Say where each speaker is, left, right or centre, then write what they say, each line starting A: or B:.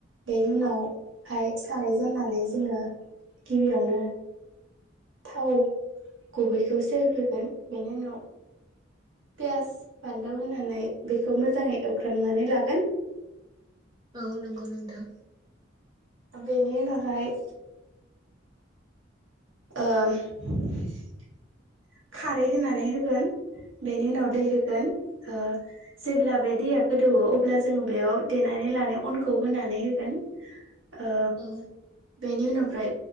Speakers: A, on the right; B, on the right.
A: बेनि उनावहाय साराय जाननानै जोङो गिबियावनो थाव गुबैखौ सेरग्रोगोन बेनि उनाव पियास बानलौ होनानै बेखौ मोजाङै एवफ्रामनानै लागोन
B: औ नंगौ नोंथां
A: आ बेनि नाहाय <unintelligible> खारै होनानै होगोन बेनि उनाव दै होगोन ओ जेब्ला बे दैया गोदौवो अब्ला जोङो बेयाव देनानै लानाय अनखौ होनानै होगोन ओ
B: औ
A: बेनि उनावफ्राय